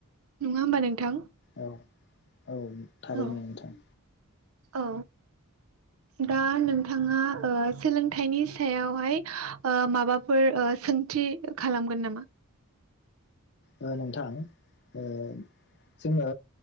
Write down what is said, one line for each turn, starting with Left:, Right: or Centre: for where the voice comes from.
Right: नङा होमबा नोंथां।
Left: औ औ थारैनो
Right: औ
Left: नोंथां।
Right: औ दा नोंथाङा ओ सोलोंथाइनि सायावहाय ओ माबाफोर ओ। सोंथि खालामगोन नामा?
Left: ओ नोंथां ओ जोङो।